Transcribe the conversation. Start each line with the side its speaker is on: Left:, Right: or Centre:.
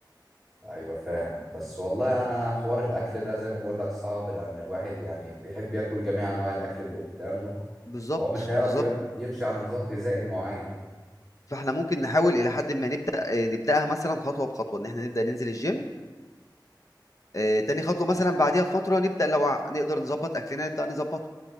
Centre: أيوة فاهم بس والله أنا حوار الأكل ده زي ما بقول لك صعب لأن الواحد يعني بيحب ياكل جميع أنواع الأكل اللي قدامه
Left: بالظبط
Centre: فهو مش هيعرف
Left: بالظبط
Centre: ين- يمشي على نظام غذائي معين
Left: فاحنا ممكن نحاول الى حد ما نبدا آه، نبداها مثلا خطوه بخطوه ان احنا نبدا ننزل الجيم آه، تاني خطوه مثلا بعديها بفتره نبدا لو ع- نقدر نظبط اكلنا نبدا نظبطه